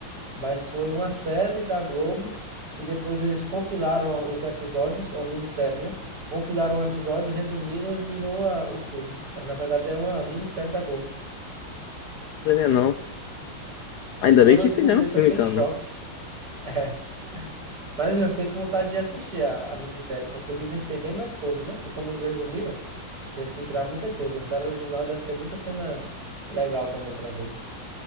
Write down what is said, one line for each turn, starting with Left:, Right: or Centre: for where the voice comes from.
Right: mas foi uma série da Globo e depois eles compilaram os episódios, ou minissérie, né? Compilaram um episódio, resumiram e virou a- o filme. Mas na verdade era uma minissérie da Globo.
Left: sabia não. Ainda
Right: Quando
Left: bem que
Right: eu descobri
Left: fizeram
Right: isso,
Left: um filme
Right: eu fiquei
Left: então,
Right: em choque.
Left: né?
Right: <laughs> É. Mas eu fiquei com vontade de assistir a, a minissérie, porque dizem que tem bem mais coisa, né? Que como eles resumiram, teve que tirar muita coisa. A série original deve ter muita cena legal também para ver.